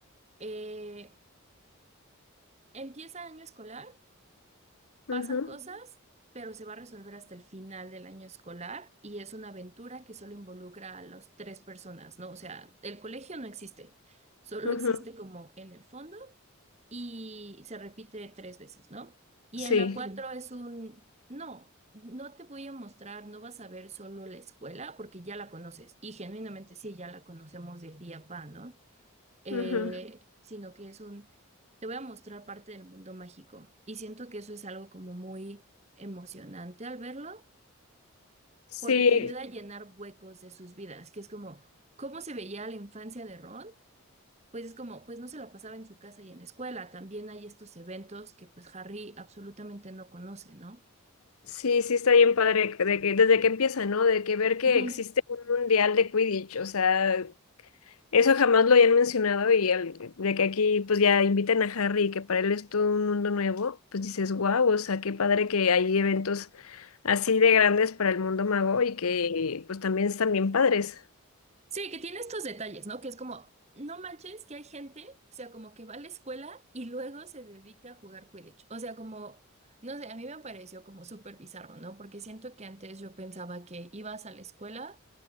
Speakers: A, on the right; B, on the left.
A: eh, empieza año escolar. Pasan
B: ujú,
A: cosas, pero se va a resolver hasta el final del año escolar y es una aventura que solo involucra a las tres personas, ¿no? O sea, el colegio no existe, solo
B: ujú.
A: existe como en el fondo y se repite tres veces, ¿no? Y
B: Sí,
A: en la cuatro es un, no, no te voy a mostrar, no vas a ver solo la escuela porque ya la conoces y genuinamente sí, ya la conocemos del día a pa, ¿no? eh,
B: ujú.
A: sino que es un, te voy a mostrar parte del mundo mágico. Y siento que eso es algo como muy emocionante al verlo,
B: Sí,
A: porque te ayuda a llenar huecos de sus vidas, que es como, ¿cómo se veía la infancia de Ron? Pues es como, pues no se la pasaba en su casa y en la escuela. También hay estos eventos que pues Harry absolutamente no conoce, ¿no?
B: sí, sí está bien padre de que desde que empieza, ¿no? De que ver que
A: Ujú.
B: existe un mundial de Quidditch, o sea, eso jamás lo habían mencionado y el- de que aquí pues ya inviten a Harry y que para él es todo un mundo nuevo, pues dices, wow, o sea, qué padre que hay eventos así de grandes para el mundo mago y que pues también están bien padres.
A: Sí, que tiene estos detalles, ¿no? Que es como, no manches que hay gente, o sea, como que va a la escuela y luego se dedica a jugar Quidditch. O sea, como, no sé, a mí me pareció como súper bizarro, ¿no? Porque siento que antes yo pensaba que ibas a la escuela